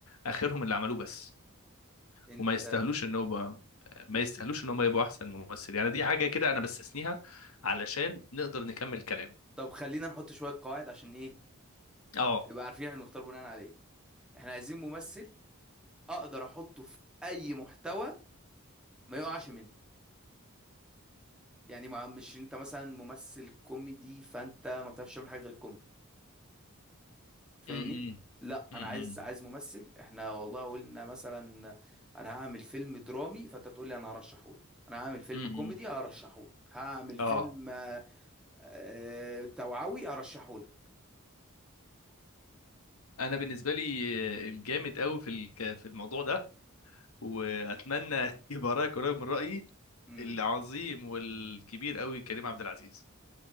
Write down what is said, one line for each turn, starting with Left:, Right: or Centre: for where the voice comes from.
Left: اخرهم اللي عملوه بس
Centre: انت
Left: وما يستاهلوش ان هو ما يستاهلوش ان هم يبقوا احسن ممثل يعني دي حاجه كده انا بستثنيها علشان نقدر نكمل كلام
Centre: طب خلينا نحط شوية قواعد عشان ايه
Left: اه
Centre: نبقى عارفين احنا بنختار بناء على ايه احنا عايزين ممثل اقدر احطه في اي محتوى ما يقعش مني يعني ما مش انت مثلا ممثل كوميدي فانت ما بتعرفش تعمل حاجة غير الكوميدي فاهمني
Left: امم
Centre: لا
Left: امم
Centre: انا عايز عايز ممثل احنا والله قلنا مثلا انا هعمل فيلم درامي فانت تقول لي انا هرشحه لك انا هعمل فيلم
Left: امم
Centre: كوميدي هرشحه لك هعمل فيلم
Left: اه
Centre: آه، آه، توعوي هرشحه لك
Left: انا بالنسبه لي الجامد قوي في الك- في الموضوع ده واتمنى <laughs> يبقى رايك قريب من رايي
Centre: امم
Left: العظيم والكبير قوي كريم عبد العزيز